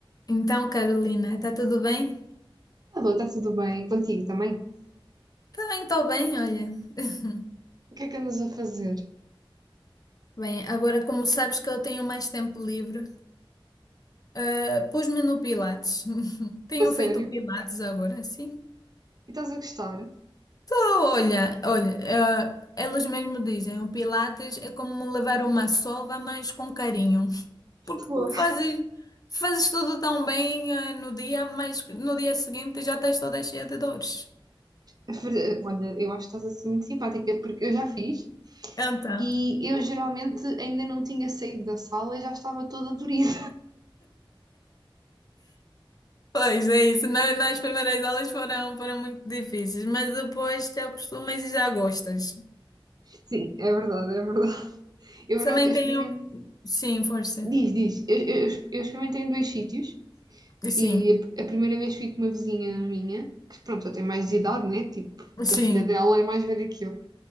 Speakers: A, on the left; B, on the right.
A: Então, Carolina, está tudo bem?
B: Alô, está tudo bem? Contigo também?
A: Também estou bem, olha. <laughs>
B: O que é que andas a fazer?
A: Bem, agora como sabes que eu tenho mais tempo livre, ah, pus-me no Pilates. <laughs> Tenho
B: A sério?
A: feito Pilates agora, sim.
B: E estás a gostar?
A: Estou, olha, olha, ah, elas mesmo dizem, o Pilates é como levar uma sova, mas com carinho. <laughs> Porque
B: Fogo.
A: tu fazes, fazes tudo tão bem, ah, no dia, mas no dia seguinte já estás toda cheia de dores.
B: A ver- Olha, eu acho que estás a ser muito simpática, porque eu já fiz
A: Então.
B: e eu geralmente ainda não tinha saído da sala e já estava toda dorida.
A: Pois é isso. Na- Nas primeiras aulas foram, foram muito difíceis, mas depois te acostumas e já gostas.
B: <laughs> Sim, é verdade, é verdade. Eu,
A: Também
B: por acaso, eu experimentei.
A: tenho. Sim, força.
B: Diz, diz. Eu, eu, eu experimentei em dois sítios
A: Sim,
B: e a, a primeira vez fui com uma vizinha minha, que pronto, já tem mais de idade, né? Tipo,
A: sim.
B: a filha dela é mais velha que eu.